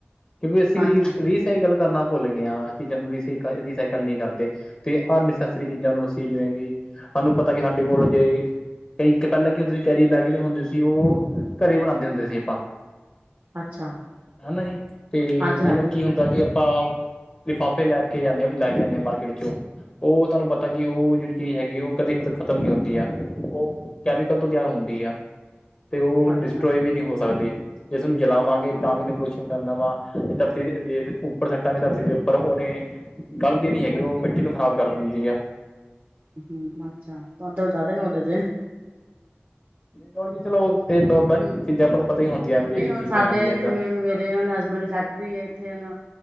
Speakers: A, on the left; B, on the right.
A: ਕਿਉਂਕਿ ਅਸੀਂ
B: ਹਾਂਜੀ
A: ਇਸ ਰੀਸ। ਇਹੀ ਗੱਲ ਕਰਨਾ ਭੁੱਲ ਗਿਆਂ। ਚੀਜ਼ਾਂ ਨੂੰ ਰੀਸਾਈਕ ਰੀਸਾਈਕੱਲ ਨਹੀਂ ਕਰਦੇ। ਤੇ ਅੱਨਨਸੈਸਰੀ ਚੀਜ਼ਾਂ ਨੂੰ ਅਸੀਂ ਜਿਵੇਂ ਕਿ ਸਾਨੂੰ ਪਤਾ ਕਿ ਸਾੱਡੇ ਕੋਲ ਜੇ ਕਈ ਇਕ ਪਹਿਲਾਂ ਕੀ ਹੁੰਦੇ ਸੀ ਕੈਰੀ ਬੈੱਗ ਜਿਹੜੇ ਹੁੰਦੇ ਸੀ ਉਹ ਘਰੇ ਹੀ ਬਣਾਉਂਦੇ ਹੁੰਦੇ ਸੀ ਆਪਾਂ।
B: ਅੱਛਾ
A: ਹੈਨਾ ਜੀ। ਤੇ
B: ਹਾਂਜੀ-ਹਾਂਜੀ,
A: ਹੁਣ ਕੀ ਹੁੰਦਾ ਜੀ ਅ ਆਪਾਂ ਲਿਫਾਫੇ ਲੈ ਕੇ ਆਂਦੇ ਹਾਂ। ਬਈ ਲੈ ਕੇ ਆਂਦੇ ਆਂ ਮਾਰਕਿੱਟ ਵਿੱਚੋਂ, ਉਹ ਤੁਹਾਨੂੰ ਪਤਾ ਹੈ ਕਿ ਉਹ ਜਿਹੜੀ ਚੀਜ਼ ਹੈਗੀ ਉਹ ਕਦੇ ਖਤੱਮ ਨਹੀਂ ਹੁੰਦੀ ਆ। ਉਹ ਕੈਮੀਕਲ ਤੋਂ ਤਿਆਰ ਹੁੰਦੀ ਆ। ਤੇ ਉਹ ਡਿਸਟ੍ਰੋਏ
B: ਅੱਛਾ
A: ਵੀ ਨਹੀਂ ਹੋ ਸਕਦੀ। ਜੇ ਉਸਨੂੰ ਚਲਾਵਾਂਗੇ ਤਾਂ ਵੀ ਉਹਨੇ ਪਲੂਸ਼ਣ ਕਰਨਾ ਵਾ ਤੇ ਧਰਤੀ ਦੇ ਜੇ ਤੇ ਊੱਪਰ ਸੁਟਾਂਗੇ ਧਰਤੀ ਦੇ ਉੱਪਰ ਉਹਨੇ। ਗੱਲਦੀ ਨੀ ਹੈਗੀ ਏ, ਉਹ ਮਿੱਟੀ ਨੂੰ ਖ਼ਰਾਬ ਕਰ ਦਿੰਦੀ ਆ।
B: ਹਮ ਅੱਛਾ, ਤੁਹਾਨੂੰ ਤੋ ਜ਼ਿਆਦਾ ਈ ਨਾੱਲੇਜ ਏ।
A: ਨੌਲੇਜ ਚੱਲੋ, ਇਹ ਨੋਰਮਲ
B: ਹੂੰ
A: ਚੀਜ਼ਾਂ ਆਪਾਂ ਨੂੰ ਪਤਾ ਹੀ ਹੁੰਦੀਆਂ। ਬੇਸਿਕ
B: ਨਹੀਂ ਹੁਣ
A: ਚੀਜ਼ਾਂ
B: ਸਾਡੇ
A: ਹੈਗੀਆਂ
B: ਇਥੇ
A: ਤਾਂ
B: ਮੇ ਮੇਰੇ ਹੁਨ ਹੱਸਬੈਂਡ ਫੈੱਕਟਰੀ ਨੇ ਇੱਥੇ ਹੁਣ।